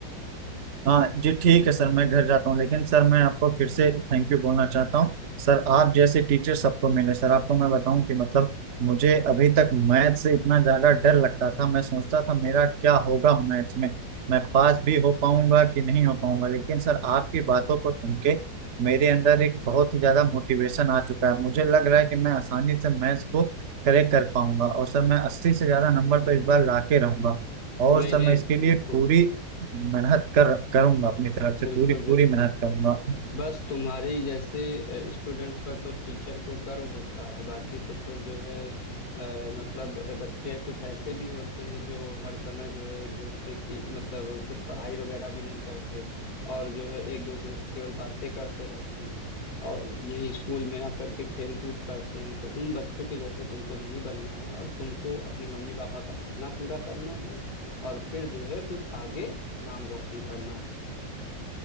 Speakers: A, on the right; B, on the left.
A: हाँ जी ठीक है सर मैं घर जाता हूँ लेकिन सर मैं आपको फिर से थैंक यू बोलना चाहता हूँ सर आप जैसे टीचर सबको मिले सर आपको मैं बताऊं कि मतलब मुझे अभी तक मैथ से इतना ज्यादा डर लगता था मैं सोचता था मेरा क्या होगा मैथ में मैं पास भी हो पाऊंगा कि नहीं हो पाऊंगा लेकिन सर आपकी बातों को सुन के मेरे अंदर एक बहुत ही ज्यादा मोटिवेशन आ चुका है मुझे लग रहा है कि मैं आसानी से मैथ्स को करेक्ट कर पाऊंगा और सर मैं अस्सी से ज्यादा नंबर पर इस बार ला के रहूंगा और
B: नहीं
A: सर
B: नहीं
A: मैं इसके लिए
B: बिल्कुल
A: पूरी मेहनत कर करूंगा अपनी तरफ से
B: बिल्कुल
A: पूरी
B: बिल्कुल
A: पूरी मेहनत करूंगा
B: बस तुम्हारे ही जैसे स्टूडेंट पर तो टीचर को गर्व होता है बाकी तो फिर जो है अ, मतलब बच्चे कुछ ऐसे भी होते हैं जो हर समय जो है एक दूसरे की मतलब कुछ पढ़ाई वगैरह भी नहीं करते और जो है एक दूसरे से केवल बातें करते रहते हैं और यही स्कूल में आकर के खेल कूद करते हैं तो उन बच्चों के जैसे तुमको नहीं बनना है और तुमको अपने मम्मी पापा का सपना पूरा करना है और फिर जो है कुछ आगे नाम रोशन करना है